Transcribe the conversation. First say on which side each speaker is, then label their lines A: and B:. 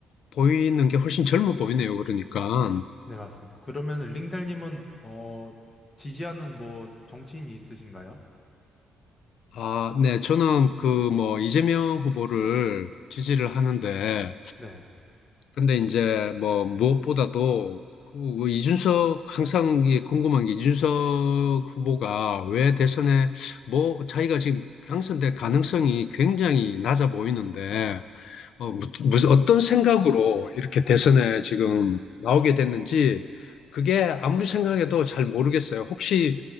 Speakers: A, on the left (about 70°); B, on the left (about 30°).
A: 보이는 게 훨씬 젊어 보이네요. 그러니까.
B: 네, 맞습니다. 그러면 링달님은, 어, 지지하는 뭐 정치인이 있으신가요?
A: 아, 네. 저는 그 뭐 이재명 후보를 지지를 하는데
B: 네.
A: 근데 이제 뭐 무엇보다도 그 그 이준석 항상 이게 궁금한 게 이준석 후보가 왜 대선에 뭐 자기가 지금 당선될 가능성이 굉장히 낮아 보이는데 어, 무- 무슨 어떤 생각으로 이렇게 대선에 지금 나오게 됐는지 그게 아무리 생각해도 잘 모르겠어요. 혹시